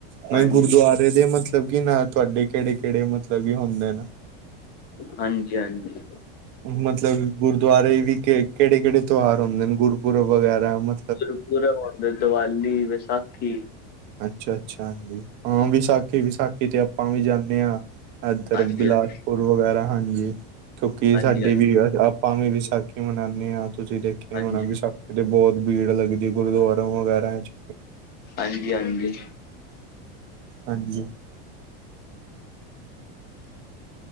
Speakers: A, on the right; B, on the left.
A: ਮੈ
B: ਹਾਂਜੀ
A: ਗੁਰਦੁਆਰੇ ਦੇ ਮਤਲਬ ਕੀ ਨਾ ਤੁਹਾਡੇ ਕਿਹੜੇ ਕਿਹੜੇ ਮਤਲਬ ਕੀ ਹੁੰਦੇ ਨ
B: ਹਾਂਜੀ ਹਾਂਜੀ।
A: <inaudible> ਮਤਲਬ ਗੁਰਦੁਆਰੇ ਵੀ ਕਿਹੜੇ ਕਿਹੜੇ ਤੂਹਾਰ ਹੁੰਦੇ ਨ, ਗੁਰਪੁਰਬ ਵਗੈਰਾ ਮ
B: ਗੁਰਪੁਰਬ ਆਉਦੇ, ਦਵਾਲੀ, ਵਸਾਖੀ।
A: ਅੱਛਾ ਅੱਛਾ ਹਾਂਜੀ, ਹਾਂ ਵਿਸਾਖੀ ਵਿਸਾਖੀ ਤੇ ਆਪਾਂ ਵੀ ਜਾਂਣੇ ਆਂ ਇਧਰ
B: ਹਾਂਜੀ
A: ਬਿਲਾਸਪੁਰ
B: ਹਾਂਜੀ
A: ਵਗੈਰਾ ਹਾਂਜੀ, ਕਿਉਂਕਿ
B: ਹਾਂਜੀ
A: ਸਾਡੇ
B: ਹਾਂਜੀ
A: ਵੀ ਅ ਆਪਾਂ ਵੀ ਵਿਸਾਖੀ ਮਨਾਣੇ ਆ, ਤੁਸੀਂ ਦੇਖਿਆ
B: ਹਾਂਜੀ
A: ਹੋਣੈ ਵਿਸਾਖੀ ਕਿਤੇ ਬਹੁਤ ਭੀੜ ਲੱਗਦੀ ਗੁਰਦੁਆਰਾ ਵਗੈਰਾ ਚ
B: ਹਾਂਜੀ ਹਾਂਜੀ ਹਾਂਜੀ
A: ਹਾਂਜੀ।